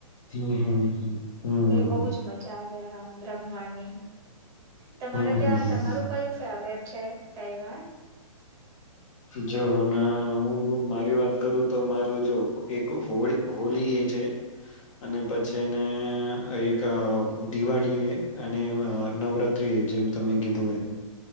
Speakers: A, on the left; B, on the right.
A: હમ્મ હમ્મ હ હમ્મ હમ્મ હમ્મ.
B: બહુ <unintelligible> રમવાની તમારે
A: હમ હમ હમ
B: ત્યાં તમારું
A: હમ
B: કયું ફેવરેટ? છે તહેવાર
A: જો હું ને હું મારી વાત કરું તો મારું જો એક હોળી હોલી એ છે અને પછીને એક અ દિવાળીએ અને અ નવરાત્રીએ જેમ તમે કીધું એમ